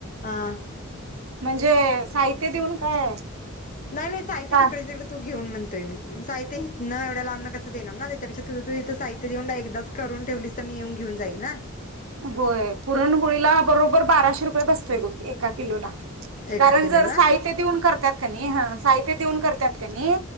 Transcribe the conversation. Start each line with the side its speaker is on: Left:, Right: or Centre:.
Left: हा.
Right: म्हणजे साहित्य देऊन काय?
Left: नाही नाही साहित्य
Right: का
Left: तिकडच्या तिकडे तू घेऊन म्हणते म्हणतोय मी साहित्य हितन एवढं लांबंन कसं देणार ना? गं त्यापेक्षा तुझं तू साहित्य देऊन एकदाच करून ठेवलीस तर मी येऊन घेऊन जाईन ना.
Right: होय पुरणपोळीला बरोबर बाराशे रुपय बसतय बग एका किलोला.
Left: एका
Right: कारण
Left: किलोला
Right: जर साहित्य देऊन करत्यात की ह साहित्य देऊन कर त्यात कणी,